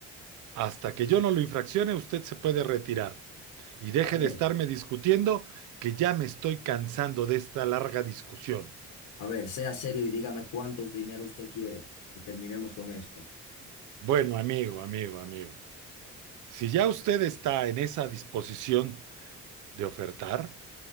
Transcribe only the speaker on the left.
A ver,
a ver, sea serio y dígame cuántos dinero usted quiere. Y terminemos con esto.